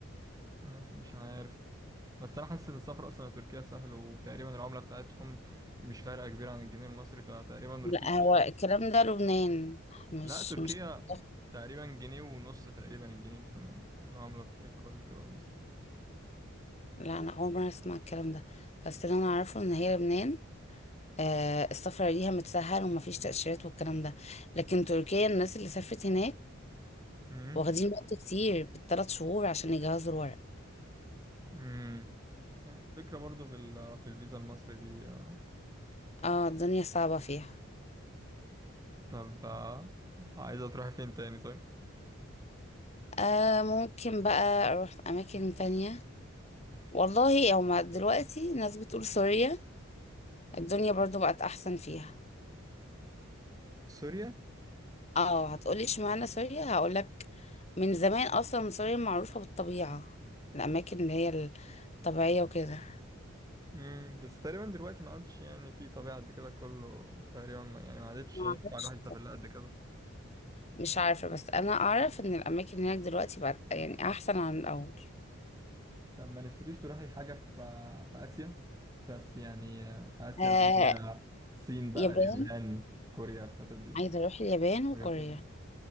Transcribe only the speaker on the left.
لا هو الكلام ده لبنان مش
مش <laughs>
لا انا اول مره اسمع الكلام ده بس اللي انا اعرفه ان هي لبنان آه السفر ليها متسهل ومفيش تأشيرات والكلام ده لكن تركيا الناس اللي سافرت هناك
واخدين وقت كتير بالثلاث شهور عشان يجهزوا الورق
اه الدنيا صعبة فيها
آه ممكن بقى اروح في اماكن تانية والله او ما دلوقتي ناس بتقول سوريا الدنيا برضو بقت احسن فيها
اه هتقولي اشمعنى سوريا هقولك من زمان اصلا سوريا معروفة بالطبيعة الاماكن اللي هي الطبيعية وكده
معرفش
مش عارفة بس انا اعرف ان الاماكن هناك دلوقتي بقت يعني احسن عن الاول
آه
يابان
عايزة اروح اليابان وكوريا